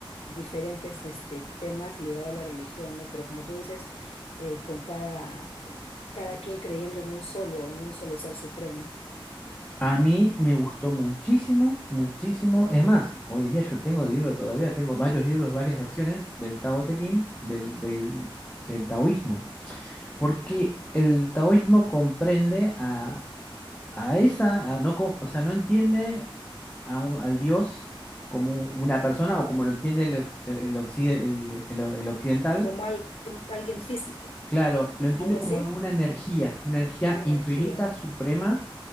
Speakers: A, on the left (about 85°); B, on the left (about 15°).
A: diferentes este, temas ligados a la religión, ¿no? Pero como tú dices, eh, con cada, cada quien creyendo en un solo, en un solo ser supremo,
B: a mí me gustó muchísimo, muchísimo. Es más, hoy en día yo tengo el libro todavía, tengo varios libros, varias versiones del Tao Te Ching, del, del, del taoísmo. Porque el taoísmo comprende a, a esa, a no, co- o sea, no entiende a un- al Dios como una persona o como lo entiende el, el, occide- el el- el occidental
A: como al- alguien físico,
B: Claro, lo entiendo
A: algo así,
B: como una energía, una energía
A: una energía.
B: infinita, suprema,